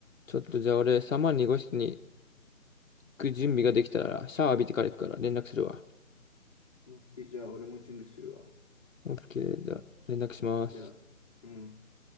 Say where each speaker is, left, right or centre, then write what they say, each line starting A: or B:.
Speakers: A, on the left; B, on the left.
A: ちょっとじゃあ俺、302号室に行く準備ができたら、シャワー浴びてから行くから連絡するわ。
B: オッケーじゃあ俺も準備するわ。
A: OK、じゃあ連絡します。
B: じゃあ、うん。